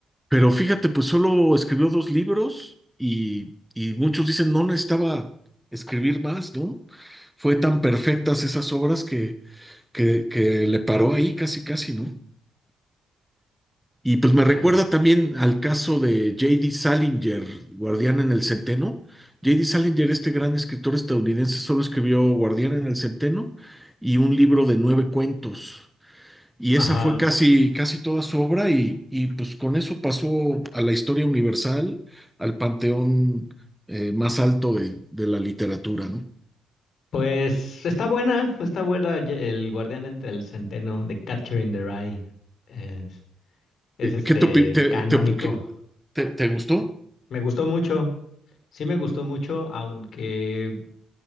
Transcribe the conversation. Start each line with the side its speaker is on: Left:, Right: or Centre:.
Centre: pero fíjate, pues solo escribió dos libros y, y muchos dicen no necesitaba escribir más, ¿no? Fue tan perfectas esas obras que, que, que le paró ahí casi, casi, ¿no? Y pues me recuerda
Left: Vaya.
Centre: también al caso de J.D. Salinger, Guardián en el Centeno. J.D. Salinger, este gran escritor estadounidense, solo escribió Guardián en el Centeno y un libro de nueve cuentos. Y
Left: Ajá.
Centre: esa fue casi, casi toda su obra y, y pues con eso pasó a la historia universal, al panteón eh, más alto de, de la literatura, ¿no?
Left: Pues está buena, está buena ye- El Guardián entre el Centeno, de Catcher in the Rye. Es, es
Centre: Eh,
Left: este
Centre: ¿Qué te, opi- te,
Left: canónico.
Centre: te op- qué- te- te gustó?
Left: Me gustó mucho, sí me gustó mucho, aunque